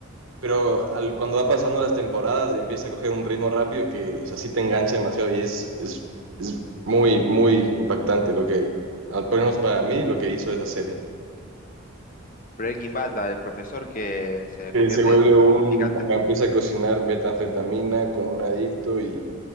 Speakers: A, on the right; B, on the left.
A: pero al, cuando va pasando las temporadas empieza a coger un ritmo rápido que, o sea, sí te engancha demasiado y es, es, es muy, muy impactante lo que, al menos para mí, lo que hizo esa serie.
B: Breaking Bad, la del profesor que se
A: Que
B: convierte
A: se vuelve
B: en narcotraficante.
A: un, ajá, empieza a cocinar metanfetamina con un adicto y,